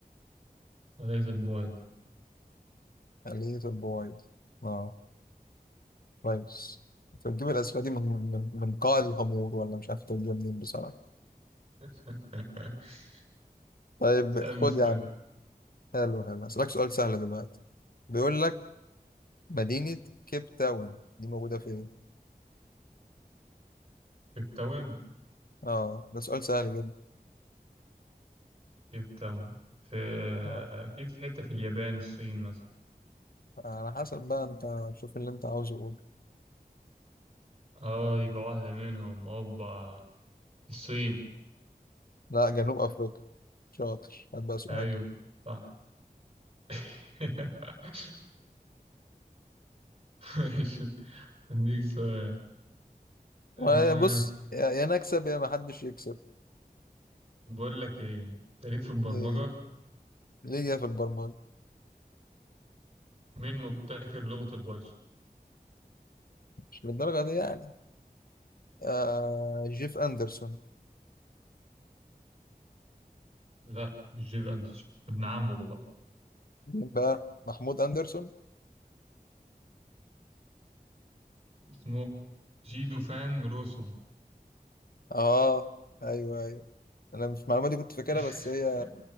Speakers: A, on the right (about 35°); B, on the left (about 70°).
A: غيظ البويض
B: خلية البويض آه كويس أنت بتجيب الأسئلة دي من من من قاع الغمور ولا مش عارف تجيبها منين بصراحة
A: <laughs>
B: طيب
A: اسألني
B: خد
A: سؤال
B: يا عم حلو حلو هسألك سؤال سهل دلوقتي بيقول لك مدينة كيب تاون دي موجودة فين؟
A: كيبتاون
B: اه ده سؤال سهل جدا
A: كيبتاون في آه،
B: اه
A: اكيد في حتة في اليابان الصين مثلا
B: على حسب بقى انت شوف اللي انت عاوزه قول
A: اه يبقى واحدة منهم اوبا الصين
B: لا جنوب افريقيا شاطر هات بقى سؤال
A: ايوه صح <laughs> ماشي اديك سؤال آه،
B: وأنا- بص يا يا نكسب يا ما حدش يكسب
A: بقول لك ايه تاريخ في البرمجة
B: إيه، ليه جاي في البرمجة
A: مين مبتكر لغة البايثون
B: مش للدرجة دي يعني آه جيف أندرسون
A: لا مش جيب اندرسون ابن عمه بقى
B: مين بقى محمود أندرسون
A: اسمه جيدو فان روسوم
B: اه ايوه ايوه انا مش المعلومة دي كنت فاكرها
A: <laughs>
B: بس هي